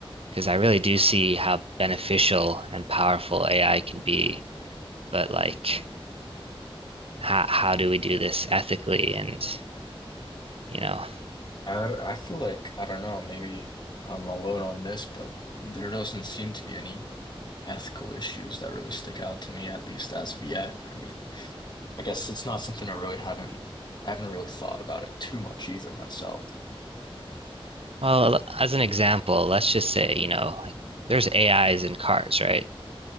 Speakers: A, on the right; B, on the left.
A: because I really do see how beneficial and powerful AI can be, but like how how do we do this ethically and you know
B: I I feel like I don't know. Maybe I'm alone on this, but there doesn't seem to be any ethical issues that really stick out to me, at least as of yet. I mean, I guess it's not something I really haven't I haven't really thought about it too much either myself.
A: well as an example let's just say you know like there's ais in cars right